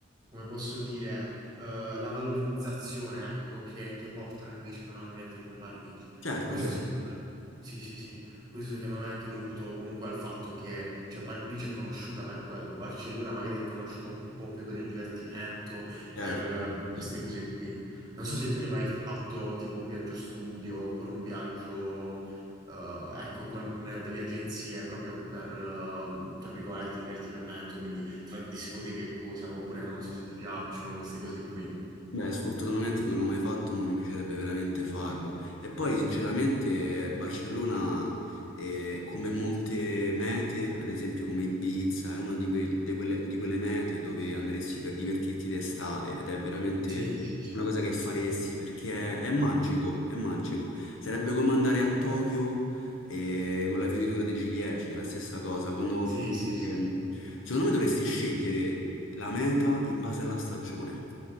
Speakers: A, on the right (about 20°); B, on the left (about 70°).
A: come posso dire, eh, la valorizzazione, ecco, che, che portano invece in un ambiente come Parigi.
B: Certo,
A: Questo
B: certo,
A: secondo me, sì, sì, sì, questo secondo me è anche dovuto comunque al fatto che, cioè, Parigi è conosciuta per quello, Barcellona magari è conosciuta un po' più per il divertimento,
B: certo,
A: per, eh, per queste
B: certo.
A: cose qui. Non so se tu hai mai fatto tipo un viaggio studio oppure un viaggio... eh, ecco, con eh, delle agenzie proprio per, eh, tra virgolette, divertimento, quindi tra discoteche e cose, oppure non so se ti piacciono queste cose qui.
B: Beh, sfortunatamente non l'ho mai fatto, ma mi piacerebbe veramente farlo. E poi, sinceramente, Barcellona, eh, come molte mete, ad esempio come Ibiza, è una di, quei- de quelle, di quelle mete dove andresti per divertirti d'estate ed è veramente
A: Sì, sì, sì.
B: una cosa che faresti perché è, è magico, è magico. Sarebbe come andare a Tokyo, eh, con la fioritura dei ciliegi, è la stessa cosa. Quando,
A: Sì, sì,
B: ehm,
A: sì.
B: secondo me dovresti scegliere la meta in base alla stagione.